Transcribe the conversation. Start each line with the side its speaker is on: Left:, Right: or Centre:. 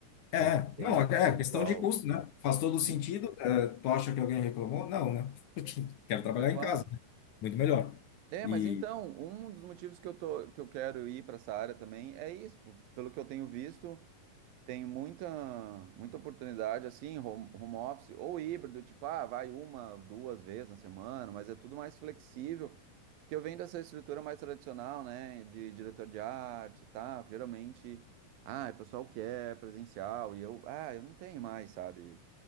Left: é,
Right: resistência
Left: não, é
Right: do pessoal.
Left: é questão de custo, né? Faz todo sentido.
Right: Sim,
Left: É, tu acha que alguém reclamou? Não, né? <laughs> Quero trabalhar
Right: é claro.
Left: em casa, né? Muito melhor.
Right: É,
Left: E
Right: mas então, um dos motivos que eu tô, que eu quero ir para essa área também é isso. p- Pelo que eu tenho visto, tem muita, muita oportunidade assim, home, home office ou híbrido, tipo, ah, vai uma, duas vezes na semana, mas é tudo mais flexível, porque eu venho dessa estrutura mais tradicional, né, de diretor de arte e tal, que geralmente, ah, o pessoal quer presencial e eu, ah, eu não tenho mais, sabe?